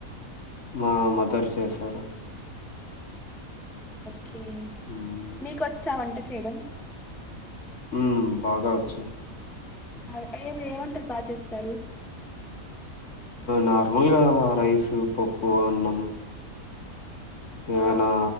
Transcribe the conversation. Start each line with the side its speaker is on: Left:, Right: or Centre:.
Left: మా మదర్ చేశారు
Centre: కే
Left: ఉమ్
Centre: మీకొచ్చా వంటక్ చేయ్డం
Left: ఉ బాగా ఒచ్చు
Centre: అ ఏమి ఏమొంటలు బా చేస్తారు
Left: నార్మల్గా రైసు, పప్పు, అన్నం ఏవైనా
Centre: ఆ,